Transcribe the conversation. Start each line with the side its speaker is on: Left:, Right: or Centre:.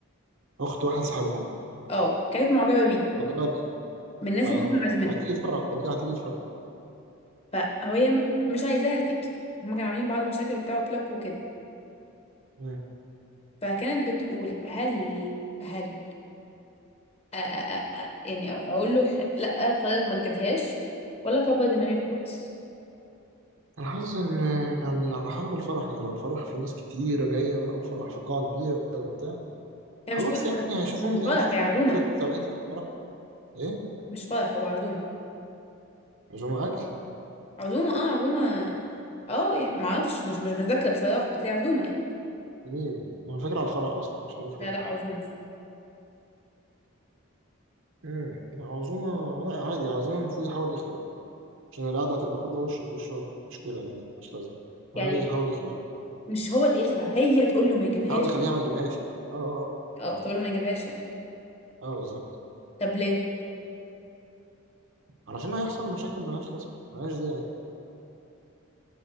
Right: اخت واحد صاحبهم
Left: اه كانت معجبه بيه
Right: مجرد
Left: من الناس
Right: اه
Left: اللي هم عازمينها
Right: هتيجي الفرح طبيعي هتيجي الفرح
Left: فهي م- مش عايزاها تيجي هم كانوا عاملين بعض مشاكل وبتاع وبلوك وكده
Right: مم.
Left: فكانت بتقول هل هل أ أ أ أ يعني اقول له لا طيب ما تجيبهاش ولا اكبر دماغي خالص
Right: انا حاسس ان يعني على حسب الفرح يعني لو الفرح فيه ناس كتيرة جاية بقى وفرح في قاعة كبيرة وبتاع
Left: هي
Right: خلاص
Left: مش فرح
Right: يعني هشوفهم
Left: هو مش
Right: ايه
Left: فرح
Right: هشوفهم
Left: هي عزومه
Right: ثلاث ثواني في الفرح ايه
Left: مش فرح هو عزومه
Right: عزومة اكل
Left: عزومه اه عزومه اه يعني ما اعرفش مش مش متذكره بصراحه بس هي عزومه يعني
Right: ايه انا فاكر على الفرح اصلا مش عارف
Left: لا
Right: ليه
Left: لا عزومه
Right: امم عزومة لا عادي عزومة المفروض يحاول يخلع يعني عشان القعدة هتبقى كل وش في وش مشكلة يعني مش لازم
Left: يعني
Right: انا رأيي يحاول يخلع منها.
Left: مش هو اللي يخلع هي تقول له ما يجيبهاش
Right: يحاول يخليها ما يجيبهاش يعني اه اه
Left: اه تقول له ما يجيبهاش يعني
Right: اه بالظبط
Left: طب ليه
Right: علشان هيحصل مشاكل ملهاش لازمة ملهاش داعي